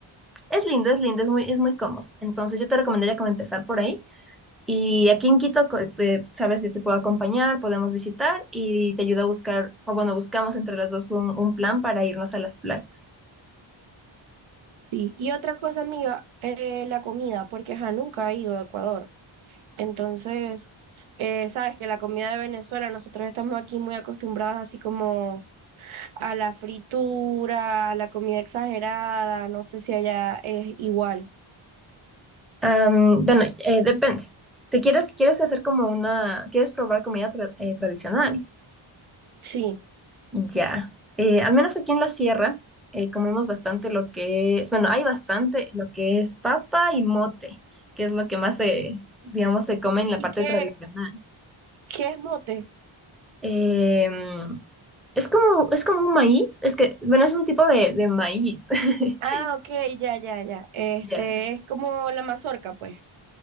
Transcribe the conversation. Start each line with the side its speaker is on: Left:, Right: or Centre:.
Centre: es lindo, es lindo, es muy, es muy cómodo. Entonces yo te recomendaría como empezar por ahí. Y aquí en Quito, co- te- sabes, yo te puedo acompañar, podemos visitar y te ayudo a buscar, o bueno, buscamos entre las dos un, un plan para irnos a las playas.
Right: Sí. Y otra cosa, amiga, eh, la comida, porque ajá, nunca he ido a Ecuador. Entonces, eh, sabes que la comida de Venezuela, nosotros estamos aquí muy acostumbrados así como a la fritura, a la comida exagerada, no sé si allá es igual.
Centre: Am, bueno, eh, depende. ¿Te quieres, quieres hacer como una, quieres probar comida tra- eh, tradicional?
Right: Sí.
Centre: Ya. Eh, al menos aquí en la sierra eh, comemos bastante lo que es, bueno, hay bastante lo que es papa y mote, que es lo que más se, digamos, se come en la
Right: ¿Y
Centre: parte
Right: qué,
Centre: tradicional.
Right: qué es mote?
Centre: Em, es como, es como un maíz, es que, bueno, es un tipo de, de maíz. <laughs>
Right: Ah, ok, ya, ya, ya. Este,
Centre: Ya.
Right: es como la mazorca, pues,